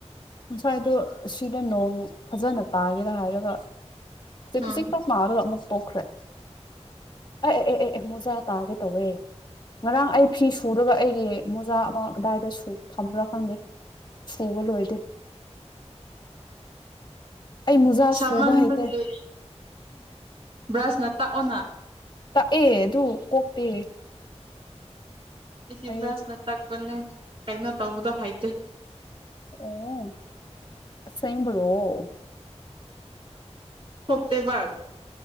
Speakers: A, on the left; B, on the right.
A: ꯉꯁꯥꯏꯗꯣ ꯁꯤꯗ ꯅꯣꯡ ꯐꯖꯅ ꯇꯥꯒꯦꯔ ꯍꯥꯏꯔꯒ
B: ꯎꯝ
A: ꯈꯁꯤꯛꯇ ꯃꯥꯔꯒ ꯇꯣꯛꯈ꯭ꯔꯦ ꯑꯦ ꯑꯦ ꯑꯦ ꯑꯦ ꯃꯣꯖꯥ ꯇꯥꯒꯦ ꯇꯧꯋꯦ ꯉꯔꯥꯡ ꯑꯩ ꯐꯤ ꯁꯨꯔꯒ ꯑꯩꯒꯤ ꯃꯣꯖꯥ ꯑꯃ ꯑꯗꯥꯏꯗ ꯊꯝꯝꯕ꯭ꯔꯥ ꯈꯪꯗꯦ ꯐꯕ ꯑꯣꯏꯣꯏꯗꯦ ꯑꯩ ꯃꯨꯖꯥꯖ
B: ꯁꯥꯃꯟꯕꯒꯤ
A: ꯐꯨꯕ ꯍꯩꯇꯦ
B: <inaudible> ꯕ꯭ꯔꯁꯅ ꯇꯥꯛꯑꯣꯅ
A: ꯇꯥꯛꯑꯦ ꯑꯗꯨ ꯀꯣꯛꯇꯦ
B: ꯏ ꯏꯕ꯭ꯔꯥꯁꯅ
A: ꯑꯩ
B: ꯇ ꯟꯅ ꯀꯩꯅꯣ ꯇꯧꯕꯗꯣ ꯍꯩꯇꯦ
A: ꯑꯣ ꯁꯕꯨꯔꯣ
B: ꯐꯞꯇꯕꯥ